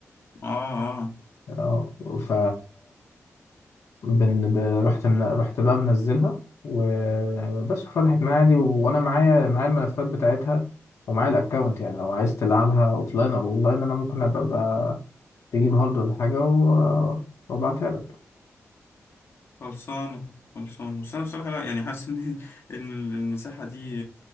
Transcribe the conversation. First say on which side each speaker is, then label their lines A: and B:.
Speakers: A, on the left; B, on the left.
A: اه اه
B: اه ف بن... ب... رحت من... رحت بقى منزلها وبس وفتحت معايا عادي و... وانا معايا معايا الملفات بتاعتها ومعايا الاكونت يعني لو عايز تلعبها اوفلاين او اونلاين انا ممكن ابقى بقى تجيب هارد ولا حاجه و... وابعتها لك
A: خلصانة خلصانة بس انا بصراحة لا يعني حاسس ان <laughs> ان المساحة دي